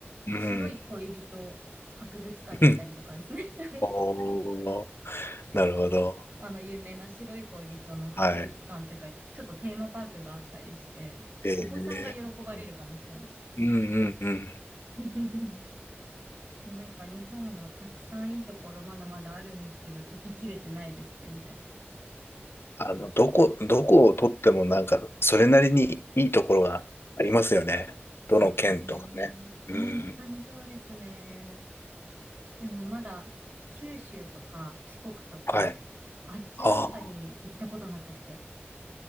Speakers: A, on the left; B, on the right.
A: うん。
B: 白い恋人博物館に行ったりとかですね。
A: うん。
B: <laughs>
A: おお、なるほど。
B: あの、有名な白い恋人の博物館というか、
A: はい。
B: ちょっとテーマパークがあったりして、
A: ええ。
B: お子さんが喜ばれるかもしれない。
A: うん。うんうんうん。
B: <laughs> でなんか日本もたくさんいいところまだまだあるんですけど、行ききれてないです、全然。
A: あの、どこどこを取ってもなんか、それなりにいいところがありますよね。
B: そうですね。
A: どの県とかね。
B: 本当にそうですね。
A: うん。
B: でもまだ九州とか四国とか、
A: はい。
B: あっちのあたり行ったことなくって。
A: ああ、